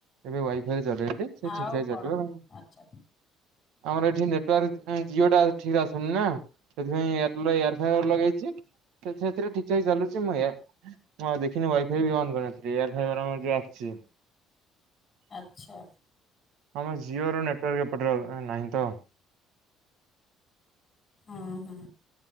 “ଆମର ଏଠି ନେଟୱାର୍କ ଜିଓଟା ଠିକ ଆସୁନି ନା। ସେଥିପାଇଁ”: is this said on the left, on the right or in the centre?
Right